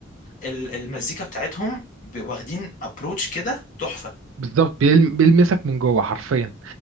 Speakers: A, on the left; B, on the right.
A: ال- المزيكا بتاعتهم ب- واخدين ابروتش كده تحفه
B: بالظبط بيلم- بيلمسك من جوه حرفيا